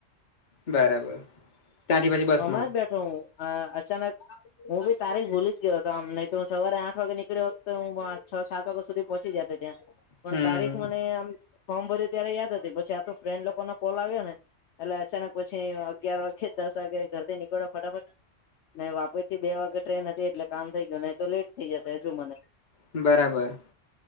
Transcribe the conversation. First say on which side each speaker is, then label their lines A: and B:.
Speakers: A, on the left (about 40°); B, on the left (about 65°).
A: બરાબર ત્યાંથી પછી બસમાં
B: હમણાં જ બેઠો હું અચાનક હું બી તારીખ ભૂલી જ ગયો હતો આમ નહી તો હ સવારે આઠ વાગે નીકળ્યો હો હતો તો હું છ સાત વાગ્યા સુધી પહોંચી જતો ત્યાં પણ
A: હમ
B: તારીખ મનેમ ફોર્મ ભર્યું ત્યારે યાદ હતી પછી આ તો ફ્રેન્ડ લોકો ન કોલ આવ્યો ને એટલે અચાનક પછી અગિયાર વાગે દસ વાગે ઘર થી નીકળો ફટાફટ નહી વાપર થી બે વાગે ટ્રેન હતી એટલે કામ થઈ ગયું નહી તો લેટ થઈ જશે હજુ મને
A: બરાબર